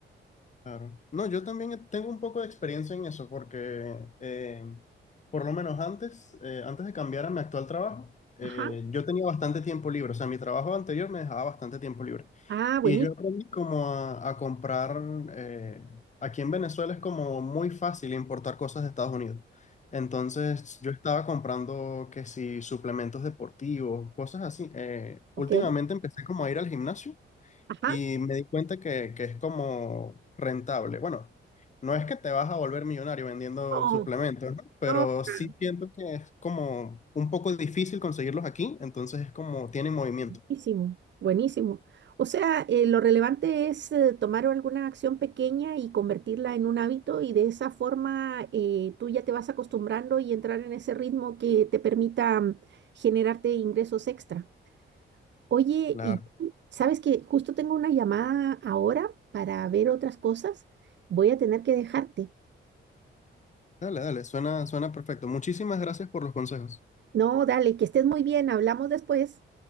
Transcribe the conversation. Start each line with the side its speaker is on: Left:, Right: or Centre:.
Left: Claro. No, yo también tengo un poco de experiencia en eso, porque eh, por lo menos antes, eh, antes de cambiar a mi actual trabajo, eh,
Right: Ajá.
Left: yo tenía bastante tiempo libre. O sea, mi trabajo anterior me dejaba bastante tiempo libre.
Right: Ah, buenísimo.
Left: Y yo aprendí como a, a comprar, eh, aquí en Venezuela es como muy fácil importar cosas de Estados Unidos. Entonces yo estaba comprando que si suplementos deportivos, cosas así. Eh,
Right: Ok.
Left: últimamente empecé como a ir al gimnasio
Right: Ajá.
Left: y me di cuenta que, que es como rentable. Bueno, no es que te vas a volver millonario vendiendo
Right: Oh,
Left: suplementos, ¿no? Pero
Right: No, claro.
Left: sí siento que es como un poco difícil conseguirlos aquí, entonces es como tiene movimiento.
Right: buenísimo, buenísimo. O sea, eh, lo relevante es eh, tomar alguna acción pequeña y convertirla en un hábito y de esa forma eh, tú ya te vas acostumbrando y entrar en ese ritmo que te permita mm, generarte ingresos extra. Oye,
Left: Claro.
Right: y sabes que justo tengo una llamada ahora para ver otras cosas. Voy a tener que dejarte.
Left: Dale, dale, suena, suena perfecto. Muchísimas gracias por los consejos.
Right: No, dale, que estés muy bien. Hablamos después.